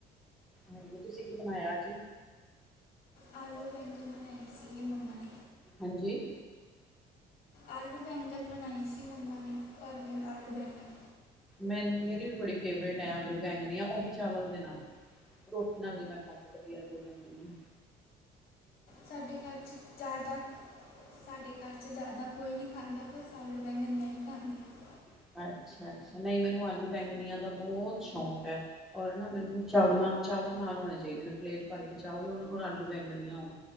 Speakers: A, in the centre; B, on the left.
A: ਹਾਂਜੀ ਤੁਸੀਂ ਕੀ ਬਣਾਇਆ ਅੱਜ?
B: ਆਲੂ ਬੈਂਨਣ ਬਣਾਏ ਸੀਗੇ ਮੰਮਾ ਨੇ।
A: ਹਾਂਜੀ।
B: ਆਲੂ ਬੈਗਣ ਬਣਾਈ ਸੀ ਮੰਮਾ ਨੇ ਭਰਵੇ ਆਲੂ ਬੈਗਣ।
A: ਮੈਨੂੰ ਮੇਰੀ ਵੀ ਬੜੀ ਫੇਵਰੇਟ ਹੈ ਆਲੂ ਬੈਂਗਣੀਆ ਉਹ ਵੀ ਚਾਵਲ ਦੇ ਨਾਲ। ਰੋਟੀ ਨਾਲ ਨੀ ਮੈਂ ਖਾ ਸਕਦੀ ਆਲੂ ਬੈਂਗਣ ਆ।
B: ਸਾਡੇ ਘਰ 'ਚ ਜ਼ਿਆਦਾ ਸਾਡੇ ਘਰ 'ਚ ਜ਼ਿਆਦਾ ਕੋਈ ਨਹੀਂ ਖਾਂਦਾ ਬਸ ਆਲੂ ਬੈਂਗਣ ਮੈਂ ਹੀ ਖਾਣੀ ਆ।
A: ਅੱਛਾ ਅੱਛਾ, ਨਹੀਂ ਮੈਨੂੰ ਆਲੂ ਬੈਂਗਨੀਆਂ ਦਾ ਬਹੁਤ ਸ਼ੌਂਕ ਐ‌। ਔਰ ਨਾ ਮੈਨੂੰ ਚਾਵਲਾਂ ਚਾਵਲ ਨਾਲ ਹੋਣੇ ਚਾਹੀਦੇ ਨੇ, ਪਲੇਟ ਭਰ ਕੇ ਚਾਵਲ ਹੋਣ ਔਰ ਆਲੂ ਬੈਂਗਣੀਆ ਹੋਣ।